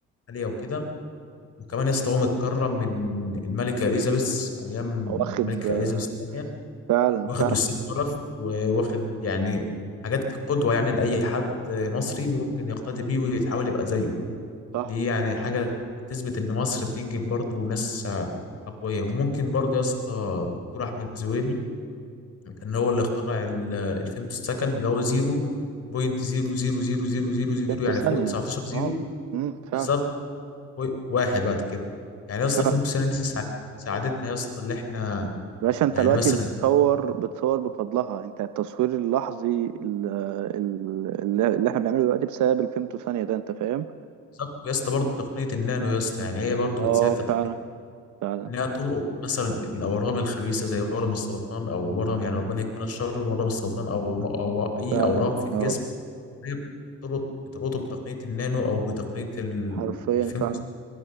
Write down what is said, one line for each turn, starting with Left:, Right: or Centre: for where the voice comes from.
Left: عاليه وكده وكمان يا اسطى هو متكرم من الملكه اليزابيث ايام
Right: واخد
Left: الملكه
Right: آه،
Left: اليزابيث الثانيه
Right: فعلا
Left: واخد
Right: فعلا
Left: وسيم شرف وواخد يعني حاجات قدوه يعني لاي حد مصري ممكن يقتدي بيه ويتحاول يبقى زيه
Right: صح
Left: دي يعني حاجة تثبت إن مصر بتنجب برضه ناس أقوياء وممكن برضه يا اسطى دكتور أحمد زويل كان هو اللي اخترع ال- الفيمتو سكند اللي هو زيرو بوينت زيرو زيرو زيرو زيرو زيرو زيرو
Right: قيمته
Left: يعني
Right: ثانية
Left: فوق 19 زيرو
Right: اه امم فعلا
Left: بالظبط و- واحد بعد كده يعني يا اسطى
Right: فعلا
Left: فيمتو سكند دي ساعد- ساعدتنا يا اسطى اللي احنا
Right: باشا انت
Left: يعني
Right: دلوقتي
Left: مثلا
Right: بتصور بتصور بفضلها انت التصوير اللحظي ال- ال- اللي اللي احنا بنعمله دلوقتي بسبب الفيمتو ثانية ده انت فاهم
Left: بالظبط ويا اسطى برضه تقنية النانو يا اسطى يعني هي برضه
Right: اه
Left: بتساعد في تقنية
Right: فعلا فعلا
Left: انها تلقط مثلا الاورام الخبيثه زي ورم السرطان او ورم يعني ربنا يكفينا الشر ورم السرطان او او اي
Right: فعلا
Left: اورام في الجسم
Right: يا رب
Left: هي بتلقط بتلقطه بتقنيه النانو او بتقنيه ال-
Right: حرفيا
Left: الفيلم
Right: فعلا